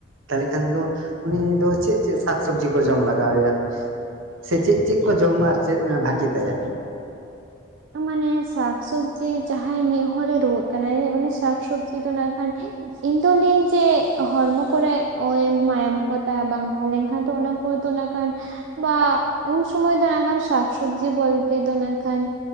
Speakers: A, on the right; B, on the right.
A: ᱛᱟᱦᱞᱮ ᱠᱷᱟᱱ ᱫᱚ ᱩᱱᱤ ᱫᱚ ᱪᱮᱫ ᱪᱮᱫ ᱥᱟᱠᱥᱚᱵᱽᱡᱤ ᱠᱚ ᱡᱚᱢ ᱞᱟᱜᱟᱣᱮᱭᱟ? ᱥᱮ ᱪᱮᱫ ᱪᱮᱫ ᱠᱚ ᱡᱚᱢᱟ ᱟᱨ ᱪᱮᱫ ᱵᱷᱟᱹᱜᱮ ᱛᱟᱭᱟ?
B: ᱢᱟᱱᱮ ᱥᱟᱠᱥᱚᱵᱡᱤ ᱡᱟᱦᱟᱸᱭ ᱢᱤᱫ ᱦᱚᱲ ᱮ ᱨᱩᱣᱟᱹᱜ ᱠᱟᱱᱟᱭ ᱩᱱᱤ ᱥᱟᱠᱥᱚᱵᱡᱤ ᱫᱚ ᱱᱟᱜ ᱠᱷᱟᱱ ᱤᱧ ᱫᱚ ᱞᱟᱹᱭᱟᱹᱧ ᱡᱮ ᱦᱚᱨᱢᱚ ᱠᱚᱨᱮ ᱳᱭ ᱢᱟᱭᱟᱢ ᱠᱚ ᱛᱟᱦᱮ ᱵᱟᱝ ᱛᱟᱦᱮᱸ ᱞᱮᱱᱠᱷᱟᱱ ᱫᱚ ᱚᱱᱟ ᱦᱳᱭᱛᱚ ᱱᱟᱜ ᱠᱷᱟᱱ ᱵᱟ ᱩᱱ ᱥᱩᱢᱚᱭ ᱫᱚ ᱱᱟᱜ ᱠᱷᱟᱱ ᱥᱟᱠᱥᱚᱵᱡᱤ ᱵᱚᱞᱛᱮ ᱫᱚ ᱱᱟᱜ ᱠᱷᱟᱱ